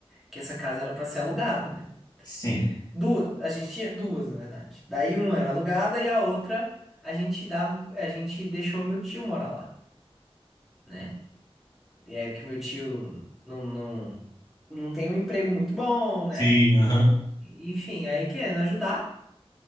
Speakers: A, in the centre; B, on the left (about 40°).
A: que essa casa era para ser alugada, né?
B: sim.
A: Duas, a gente tinha duas, na verdade. Daí uma era alugada e a outra a gente dava, a gente deixou meu tio morar lá, né? E é que meu tio não, não, não tem um emprego muito bom, né?
B: Sim, aham.
A: Enfim, aí querendo ajudar,